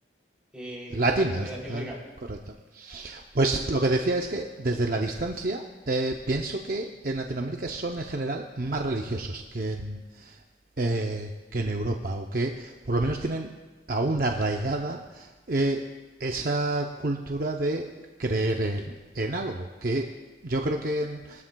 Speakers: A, in the centre; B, on the right.
A: eh,
B: Latinas,
A: parte de Latinoamérica.
B: tal, correcto. Pues lo que decía es que desde la distancia eh, pienso que en Latinoamérica son en general más religiosos que en, eh, que en Europa o que por lo menos tienen aún arraigada eh, esa cultura de creer en, en algo que yo creo que en,